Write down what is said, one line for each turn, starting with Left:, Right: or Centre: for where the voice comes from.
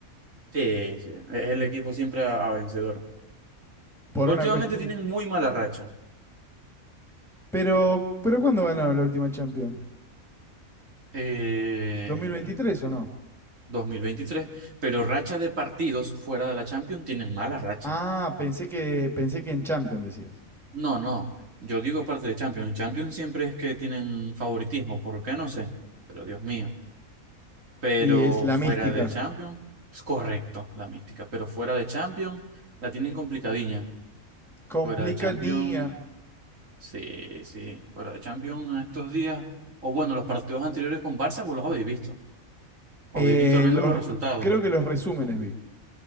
Right: Sí, sí. Es el equipo siempre a, a vencedor.
Centre: Por
Right: Últimamente
Centre: una cuestión.
Right: tienen muy mala racha.
Centre: Pero, pero ¿cuándo ganaron la última Champions?
Right: Eh,
Centre: ¿Dos mil veintitrés o no?
Right: 2023, pero racha de partidos fuera de la Champions tienen mala racha.
Centre: Ah, pensé que, pensé que en Champions decías.
Right: No, no, yo digo aparte de Champions, en Champions siempre es que tienen favoritismo, ¿por qué? No sé, pero Dios mío, pero
Centre: Y es la
Right: fuera
Centre: mística.
Right: de Champions, es correcto la mística, pero fuera de Champions la tienen complicadilla,
Centre: Complicadía.
Right: fuera de Champions, sí, sí, fuera de Champions en estos días, o bueno, los partidos anteriores con Barça, vos los habéis visto, o
Centre: Eh,
Right: habéis visto al menos
Centre: los-
Right: los resultados.
Centre: creo que los resúmenes vi.